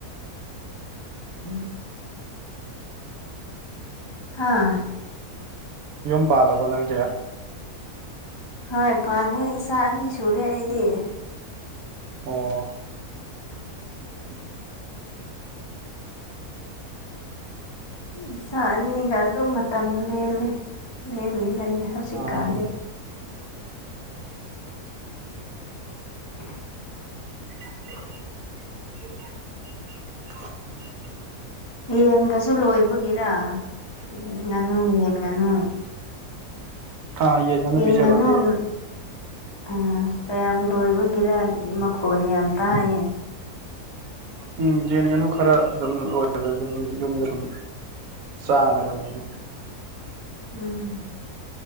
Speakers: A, on the left (about 25°); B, on the right (about 70°).
A: ꯎꯝ ꯍꯥꯥ
B: ꯌꯨꯝ ꯄꯥꯜꯂꯕꯣ ꯅꯪꯗꯤ
A: ꯍꯣꯏ ꯄꯥꯜꯂꯦ ꯏꯆꯥ ꯑꯅꯤ ꯁꯨꯔꯦ ꯑꯩꯗꯤ
B: ꯑꯣ ꯎꯝ <unintelligible>
A: ꯏꯆꯥ ꯑꯅꯤꯒ ꯑꯗꯨꯝ ꯃꯇꯝ ꯂꯦꯜꯂꯦ ꯂꯦꯜꯂꯤꯒꯅꯤ ꯍꯧꯖꯤꯛꯀꯥꯟꯗꯤ
B: ꯑꯥ
A: ꯑ <unintelligible>
B: <unintelligible>
A: ꯌꯦꯟꯒꯁꯨ ꯂꯣꯏꯕꯒꯤꯔ ꯌꯦꯟ ꯉꯥꯅꯨ ꯌꯦꯟ ꯉꯥꯅꯨ
B: ꯑꯥ ꯌꯦꯟ ꯉꯥꯅꯨ
A: ꯌꯦꯟ
B: ꯄꯤꯖꯕꯒꯤ
A: ꯉꯅꯨ ꯎꯝ ꯀꯌꯥꯝ ꯂꯣꯏꯕꯒꯤꯔ ꯃꯈꯣꯟ ꯌꯥꯝ ꯇꯥꯏꯌꯦ
B: ꯎꯝ ꯌꯦꯟ ꯉꯥꯅꯨ ꯈꯔ ꯑꯗꯨꯝ ꯂꯣꯏꯕ ꯁꯨꯝ ꯌꯨꯝꯗ ꯁꯨꯝ ꯆꯥꯅꯕꯅꯦꯅ
A: ꯎꯝ